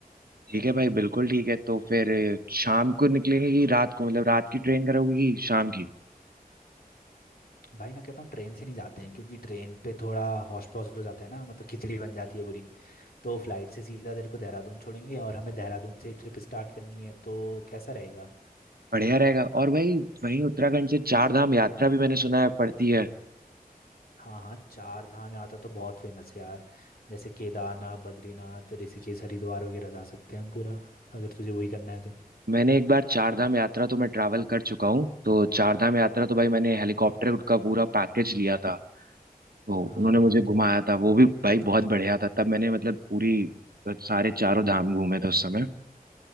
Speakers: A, on the right; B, on the left.
A: ठीक है भाई बिल्कुल ठीक है तो फिर शाम को निकलेंगे कि रात को मतलब रात की ट्रेन करोगे कि शाम की
B: भाई मैं कहता हूँ ट्रेन से नहीं जाते हैं क्योंकि ट्रेन पे थोड़ा हौश पौश हो जाता है ना मतलब खिचड़ी बन जाती है पूरी तो फ्लाइट से सीधा तेरे को देहरादून छोड़ेंगे और हमें देहरादून से ट्रिप स्टार्ट करनी है तो कैसा रहेगा
A: बढ़िया रहेगा और भाई वहीं उत्तराखंड से चार धाम यात्रा भी मैंने सुना है पड़ती है
B: हाँ हाँ चार धाम यात्रा तो बहुत फेमस है यार जैसे केदारनाथ बद्रीनाथ ऋषिकेश हरिद्वार वगैरह जा सकते हैं हम पूरा अगर तुझे वही करना है तो
A: मैंने एक बार चार धाम यात्रा तो मैं ट्रैवल कर चुका हूँ तो चार धाम यात्रा तो भाई मैंने हेलीकॉप्टर का पूरा पैकेज लिया था तो
B: हाँ
A: उन्होंने
B: हाँ
A: मुझे घुमाया था वो भी भाई बहुत बढ़िया था तब मैंने मतलब पूरी सारे चारों धाम घूमे थे उस समय